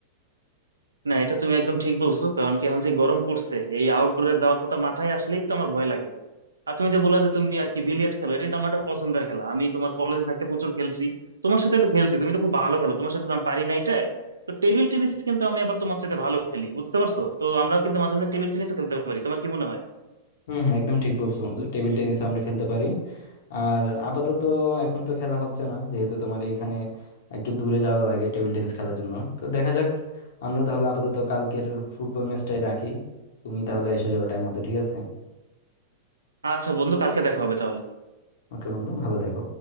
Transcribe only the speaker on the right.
না এটা তুমি একদম ঠিক বলছো কারণ কি এখন যে গরম পড়ছে এই আউটডোরে যাওয়ার কথা মাথায় আসলেই তো আমার ভয় লাগে আর তুমি যে বললে যে তুমি আর কি বিলিয়ার্ড খেলো এটা কিন্তু আমার একটা পছন্দের খেলা আমি তোমার কলেজ থাকতে প্রচুর খেলছি তোমার সাথে তো খেলছি তুমি তো খুব ভালো খেলো তোমার সাথে তো আমি পারি না এটা তো টেবিল টেনিস কিন্তু আমি আবার তোমার সাথে ভালো খেলি বুঝতে পারছো তো আমরা কিন্তু মাঝে মাঝে টেবিল টেনিসও খেলতে পারি তোমার কি মনে হয়
আচ্ছা বন্ধু কালকে দেখা হবে তাহলে